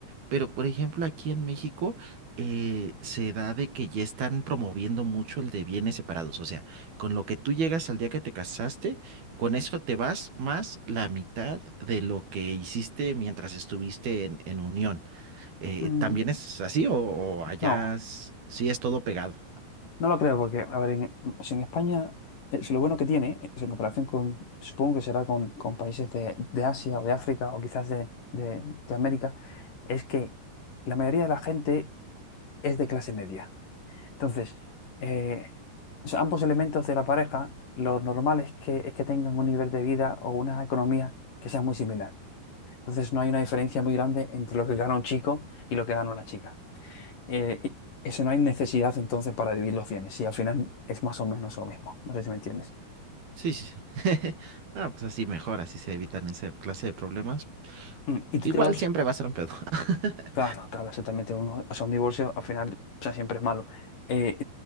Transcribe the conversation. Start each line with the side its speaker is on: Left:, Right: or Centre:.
Right: pero por ejemplo aquí en México eh, se da de que ya están promoviendo mucho el de bienes separados, o sea, con lo que tú llegas al día que te casaste, con eso te vas más la mitad de lo que hiciste mientras estuviste en, en unión. Eh,
Left: Mm,
Right: ¿también es así o, o allá
Left: no.
Right: s- sí es todo pegado?
Left: No lo creo, porque, a ver, en, si en España, eh, si lo bueno que tiene, eh, pues en comparación con, supongo que será con, con países de, de Asia o de África o quizás de, de, de América, es que la mayoría de la gente es de clase media. Entonces, eh, o sea, ambos elementos de la pareja, lo normal es que, es que tengan un nivel de vida o una economía que sea muy similar. Entonces, no hay una diferencia muy grande entre lo que gana un chico y lo que gana una chica. Eh, y eso no hay necesidad entonces para dividir los bienes, si al final es más o menos lo mismo. No sé si me entiendes.
Right: Sí, sí, sí. <laughs> Ah, pues así mejor, así se evitan esa clase de problemas.
Left: Mm, Y tú
Right: Igual
Left: te vas,
Right: siempre va a ser un pedo. <laughs>
Left: claro, claro, exactamente. Uno, o sea, un divorcio al final, o sea, siempre es malo. Eh,